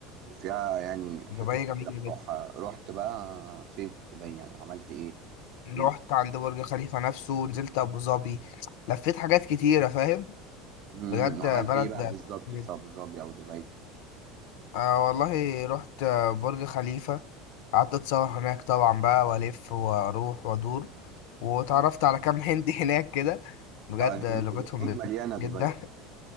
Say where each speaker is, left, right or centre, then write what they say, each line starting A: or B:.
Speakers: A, on the right; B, on the left.
A: وفيها يعني
B: دبي
A: حتت كتيرة
B: جميلة
A: بتروحها
B: جدا
A: رحت بقى فين في دبي يعني عملت ايه؟ احكي
B: رحت
A: لي
B: عند برج خليفة نفسه نزلت ابو ظبي لفيت حاجات كتيرة فاهم
A: امم
B: بجد
A: عملت
B: بلد
A: ايه بقى بالظبط
B: تحفة
A: في ابو ظبي او دبي؟
B: آه والله رحت آه، برج خليفة قعدت اتصور هناك طبعا بقى والف واروح وادور واتعرفت
A: مم.
B: على كام <laughs> هندي هناك كده بجد
A: آه، الهنود
B: آه، لغتهم
A: مليانة
B: بت-
A: دبي
B: جدا <laughs>